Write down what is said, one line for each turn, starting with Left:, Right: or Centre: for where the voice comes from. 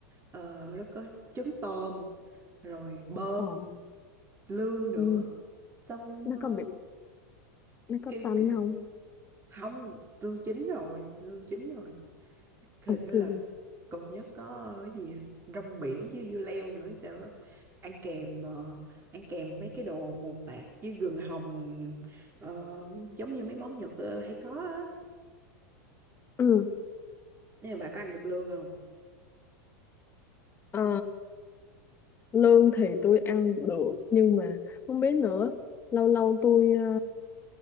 Right: ờ, nó có trứng tôm, rồi bơ,
Left: ờ
Right: lương nữa.
Left: ừ.
Right: Xong
Left: nó
Right: ờ,
Left: có bị nó có
Right: kêu
Left: tanh
Right: kì-
Left: không
Right: không, lương chín rồi, lương chín rồi. hình
Left: ok
Right: như là còn nhớ có cái gì rong biển với dưa leo nữa hay sao á ăn kèm ờ, ăn kèm mấy cái đồ mù tạt với gừng hồng ờ, giống như mấy món Nhật ờ, hay có á
Left: ừ
Right: nên là bà có ăn được lương không
Left: Ờ, lương thì tôi ăn được nhưng mà không biết nữa lâu lâu tôi ờ,